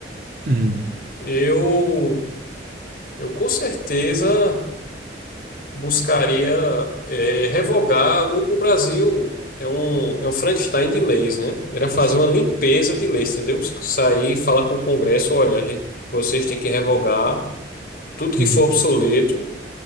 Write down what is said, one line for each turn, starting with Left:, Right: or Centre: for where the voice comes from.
Right: Hum,
Left: eu eu com certeza buscaria eh, revogar o, o Brasil é um, é um Frankenstein de leis, né? Era fazer
Right: s-
Left: uma limpeza de leis, entendeu? Sair, e falar com o Congresso, olha, a gente, vocês têm que revogar tudo que
Right: hum,
Left: for obsoleto